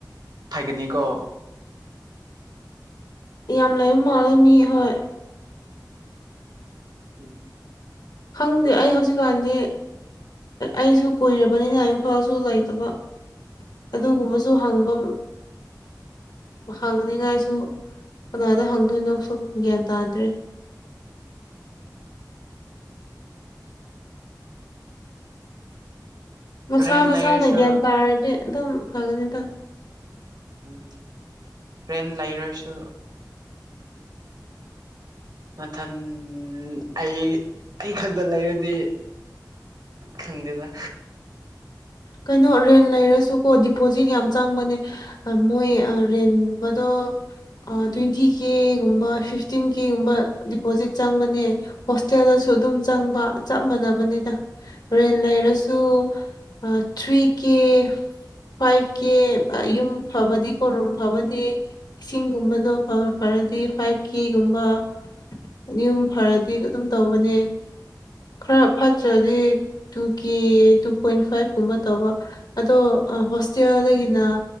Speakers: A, on the right (about 70°); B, on the left (about 70°).
A: ꯐꯥꯒꯅꯤꯀꯣ
B: ꯌꯥꯝ ꯂꯩꯕ ꯃꯥꯜꯂꯦ ꯃꯤ ꯍꯣꯏ
A: <unintelligible>
B: ꯈꯪꯗꯦ ꯑꯩ ꯍꯧꯖꯤꯛꯀꯥꯟꯗꯤ ꯑꯩꯁꯨ ꯀꯨꯏꯔꯕꯅꯤꯅ ꯏꯝꯐꯥꯜꯁꯨ ꯂꯩꯇꯕ ꯑꯗꯨꯒꯨꯝꯕꯁꯨ ꯍꯪꯕ ꯍꯪꯅꯤꯉꯥꯏꯁꯨ ꯀꯅꯥꯗ ꯍꯪꯗꯣꯏꯅꯣ ꯁꯨꯝ ꯒ꯭ꯌꯥꯟ ꯇꯥꯗ꯭ꯔꯦ ꯃꯁꯥ
A: ꯔꯦꯟ
B: ꯃꯁꯥꯅ
A: ꯂꯩꯔꯁꯨ
B: ꯒ꯭ꯌꯥꯟ ꯇꯥꯔꯗꯤ ꯑꯗꯨꯝ ꯐꯒꯅꯤꯗ
A: ꯎꯝ ꯇ꯭ꯔꯦꯟ ꯂꯩꯔꯁꯨ ꯃꯊꯟ ꯑꯩ ꯑꯩ ꯈꯛꯇ ꯂꯩꯔꯗꯤ ꯈꯪꯗꯦꯗꯥ
B: ꯀꯩꯅꯣ ꯔꯦꯟ ꯂꯩꯔꯁꯨꯀꯣ ꯗꯤꯄꯣꯖꯤꯠ ꯌꯥꯝ ꯆꯪꯕꯅꯦ ꯑ ꯃꯣꯏ ꯑ ꯔꯦꯟꯒꯨꯝꯕꯗꯣ ꯑ ꯇꯣꯏꯟꯇꯤ ꯀꯦꯒꯨꯝꯕ ꯐꯤꯐꯇꯤꯟ ꯀꯦꯒꯨꯝꯕ ꯗꯤꯄꯣꯖꯤꯠ ꯆꯪꯕꯅꯦ ꯍꯣꯁꯇꯦꯜꯗꯁꯨ ꯑꯗꯨꯝ ꯆꯪꯕ ꯆꯞ ꯃꯥꯟꯅꯕꯅꯤꯗ ꯔꯦꯟ ꯂꯩꯔꯁꯨ ꯑ ꯊ꯭ꯔꯤ ꯀꯦ ꯐꯥꯏꯚ ꯀꯦ ꯑ ꯌꯨꯝ ꯐꯕꯗꯤ ꯀꯣ ꯔꯨꯝ ꯐꯕꯗꯤ ꯏꯁꯤꯡꯒꯨꯝꯕꯗꯣ ꯈꯒꯥ ꯐꯔꯗꯤ ꯐꯥꯏꯚ ꯀꯦꯒꯨꯝꯕ ꯑꯅꯤꯍꯨꯝ ꯐꯔꯗꯤ ꯑꯗꯨ ꯗꯨꯝ ꯇꯧꯕꯅꯦ ꯈꯔ ꯐꯠꯇ꯭ꯔꯗꯤ two K two point five ꯨꯀꯨꯝꯕ ꯇꯧꯕ ꯑꯗꯣ ꯑ ꯍꯣꯁꯇꯦꯜꯗꯒꯤꯅ